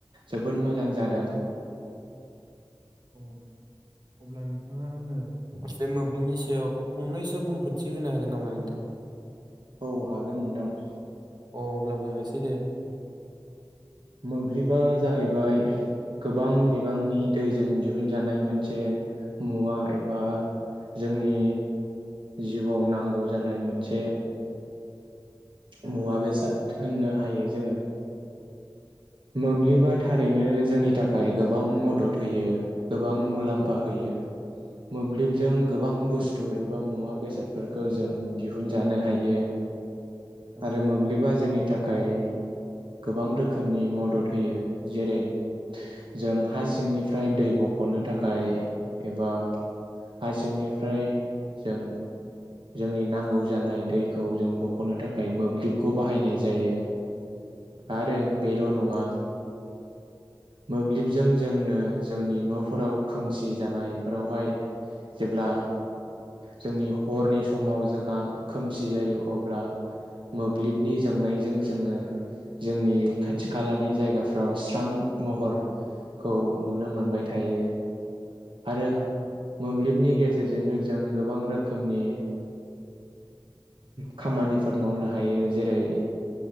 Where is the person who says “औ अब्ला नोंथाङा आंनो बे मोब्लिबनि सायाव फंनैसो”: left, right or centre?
Right